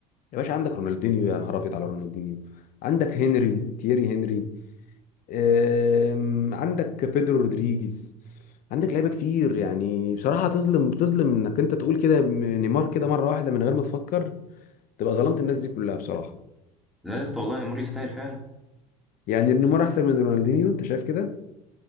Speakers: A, on the left (about 50°); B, in the centre.
A: يا باشا عندك رونالدينيو يا نهار ابيض على رونالدينيو عندك هنري تييري هنري أم... عندك بيدرو رودريجيز عندك لعيبه كتير يعني بصراحه تظلم تظلم انك انت تقول كده م- نيمار كده مره واحده من غير ما تفكر تبقى ظلمت الناس دي كلها بصراحه
B: لا يا اسطى والله نيمار يستاهل فعلا
A: يعني نيمار احسن من رونالدينيو انت شايف كده